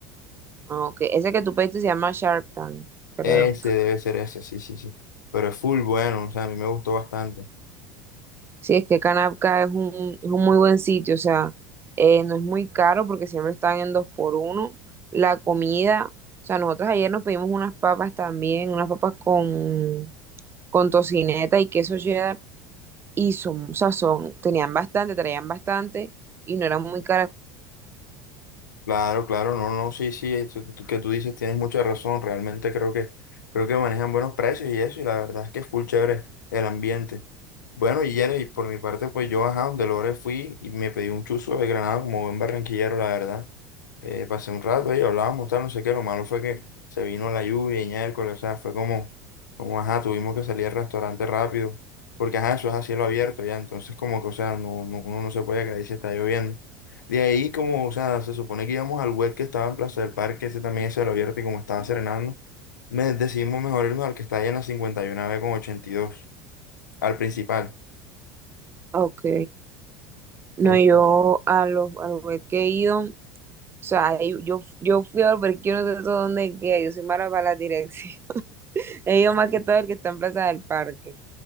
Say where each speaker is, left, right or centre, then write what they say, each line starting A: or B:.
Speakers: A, on the right; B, on the left.
A: Ah, ok. Ese que tú pediste se llama Shark Tank, creo.
B: Ese debe ser ese, sí, sí, sí. Pero es full bueno, o sea, a mí me gustó bastante.
A: Sí, es que Canapca es un, es un muy buen sitio, o sea, eh, no es muy caro porque siempre están en dos por uno. La comida, o sea, nosotros ayer nos pedimos unas papas también, unas papas con, con tocineta y queso cheddar y son, o sea, son, tenían bastante, traían bastante y no eran muy caras.
B: Claro, claro, no, no, sí, sí, eso que tú que tú dices tienes mucha razón, realmente creo que creo que manejan buenos precios y eso, y la verdad es que es full chévere el ambiente. Bueno, y Yere, y por mi parte, pues yo, ajá, donde Lore fui y me pedí un chuzo de granada como buen barranquillero, la verdad. Eh, pasé un rato ahí, hablábamos, tal, no sé qué, lo malo fue que se vino la lluvia y miércoles, o sea, fue como, como, ajá, tuvimos que salir al restaurante rápido, porque, ajá, eso es a cielo abierto ya, entonces como que, o sea, no, no- uno no se puede quedar ahí si está lloviendo. De ahí, como, o sea, se supone que íbamos al web que estaba en Plaza del Parque, ese también se lo abierto y como estaba serenando, me decidimos mejor irnos al que está ahí en la 51B con 82 al principal.
A: Ah, Ok, no,
B: En-
A: yo a los, a los Burger que he ido, o sea, yo, yo yo fui a los Burger King, yo no sé todo dónde queda, yo soy mala para la dirección. <laughs> He ido más que todo el que está en Plaza del Parque.